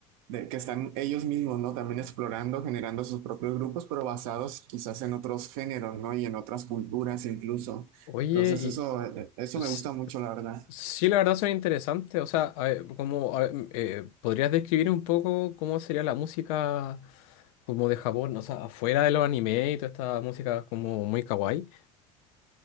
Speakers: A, on the right (about 75°); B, on the left (about 75°).
A: de- que están ellos mismos, ¿no? También explorando, generando sus propios grupos, pero basados quizás en otros géneros, ¿no? Y en otras culturas incluso.
B: Oye,
A: Entonces,
B: y
A: eso, eh, eso
B: s-
A: me gusta mucho, la verdad.
B: sí, la verdad son interesantes. O sea, a ver, como, a ver, m- eh, ¿podrías describir un poco cómo sería la música como de Japón? O sea, afuera de los anime y toda esta música como muy kawaii.